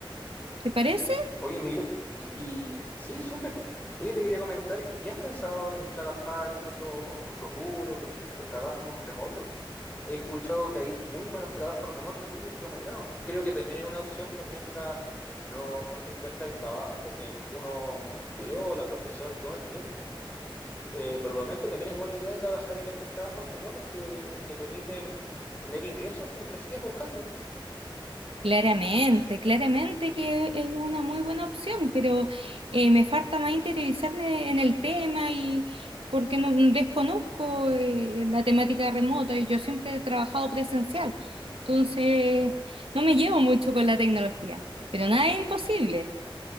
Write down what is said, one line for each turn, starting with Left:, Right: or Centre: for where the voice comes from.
Right: ¿Te parece?
Left: Oye, Mile, y, y sí, súper. Oye, te quería comentar, ¿y has pensado en trabajar en otro, otro rubro, por ejemplo, trabajos remotos? he escuchado que hay muy buenos trabajos remotos y muy bien remunerados. Creo que también es una opción por mientras no, no se encuentra el trabajo que uno estudió o la profesión que uno estudió. Eh, por el momento también es buena idea trabajar en estos trabajos remotos que te permiten tener ingresos mientras sigues buscando.
Right: Claramente, claramente que es una muy buena opción, pero eh, me falta más interiorizarme en el tema y porque no desconozco eh, la temática remota y yo siempre he trabajado presencial, entonces no me llevo mucho con la tecnología, pero nada es imposible.